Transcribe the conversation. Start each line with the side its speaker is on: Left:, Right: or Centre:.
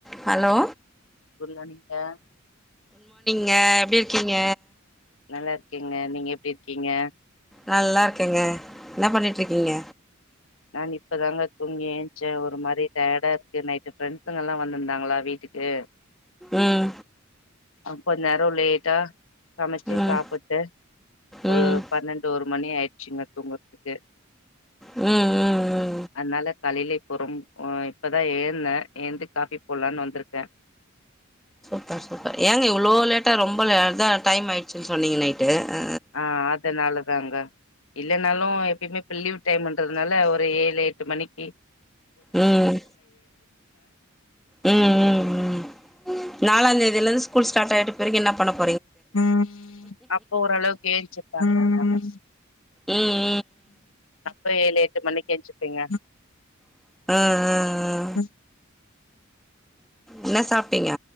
Centre: ஹலோ
Left: <unintelligible>
Centre: ஞா எப்பிடி இருக்கீங்க
Left: நல்லா இருக்கெங்க நீங்க எப்டி இருக்கீங்க
Centre: நல்லா இருக்கேங்க என்ன பண்ணிட்ருக்கீங்க
Left: நான் இப்பதாங்க தூங்கி ஏச்சே ஒரு மாரி டயடா இருக்கு நைட்டு ஃப்ரெண்சுங்கல்லா வந்துந்தாங்களா வீட்டுக்கு
Centre: உம்
Left: கொஞ் நேரொ லேட்டா சமச்சு
Centre: ம்
Left: சாப்பிட்டு
Centre: ம்
Left: ஒரு பன்னெண்டு ஒரு மணி ஆயிச்சுங்க தூங்கற்துக்கு
Centre: ம் உம் உம்
Left: அதனால காலேல பொறம் இப்பதா ஏந்தே ஏந்து காஃபி போட்லானு வந்திருக்கே
Centre: சூப்பர் சூப்பர் ஏங்க இவ்வுளோ லேட்டா ரொம்ப ல அதா டைம் ஆயிட்ச்சுன் சொன்னீங்க நைட்டு அ
Left: ஆ அதனாலதாங்க இல்லென்னாலு எப்பய்மே இப்ப லீவ் டைம்ன்றதுனால ஒரு ஏழு எட்டு மணிக்கி
Centre: உம் உம் உம் உம் நாலா தேதியிலந்து ஸ்கூல் ஸ்டார்ட் ஆயிடு பிறகு என்ன பண்ணப்
Left: ம் அப்போ ஓரளவுக்கு யேஞ்ச்சுப்பா அதுக்கு தகுந்தா மாரி
Centre: உம்
Left: அப்ப ஏழு எ ட்டு மணிக்கு என்சுப்பீங்க
Centre: ம் ம் ம்
Left: ம்
Centre: என்ன சாப்ட்டிங்க